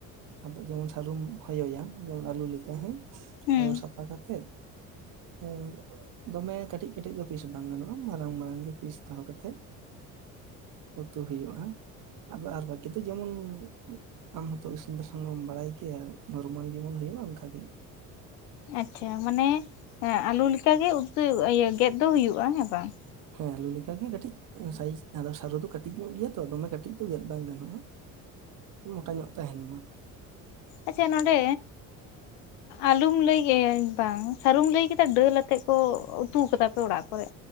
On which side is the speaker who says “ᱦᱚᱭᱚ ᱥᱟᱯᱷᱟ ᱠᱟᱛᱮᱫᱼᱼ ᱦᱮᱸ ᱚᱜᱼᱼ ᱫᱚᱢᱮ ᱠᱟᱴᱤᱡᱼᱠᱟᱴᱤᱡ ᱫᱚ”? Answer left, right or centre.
Right